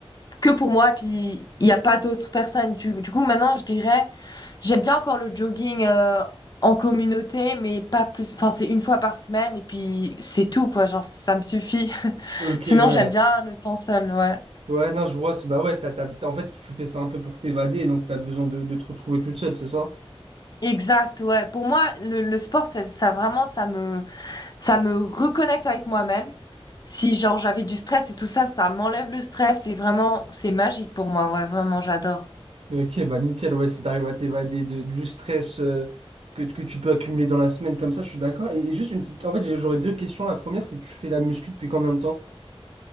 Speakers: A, on the left; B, on the right.
A: que pour moi, puis il n'y a pas d'autres personnes. Du, du coup, maintenant, je dirais, j'aime bien encore le jogging euh, en communauté, mais pas plus. Enfin, c'est une fois par semaine, et puis c'est tout, quoi. Genre, ça me suffit. <laughs>
B: Ok,
A: Sinon,
B: ouais.
A: j'aime bien le temps seul, ouais.
B: Ouais, non, je vois. c'est- Bah ouais, t'as, t'as- t'as- en fait, tu fais ça un peu pour t'évader, donc t'as besoin de, de te retrouver toute seule, c'est ça?
A: Exact, ouais. Pour moi, le, le sport, ça, ça vraiment, ça me, ça me reconnecte avec moi-même. Si, genre, j'avais du stress et tout ça, ça m'enlève le stress. Et vraiment, c'est magique pour moi, ouais, vraiment, j'adore.
B: Ok, bah nickel, ouais, si t'arrives à t'évader de- du stress euh, que, que tu peux accumuler dans la semaine comme ça, je suis d'accord. Et, et juste une petite... En fait, j'ai- j'aurais deux questions. La première, c'est tu fais la muscu depuis combien de temps?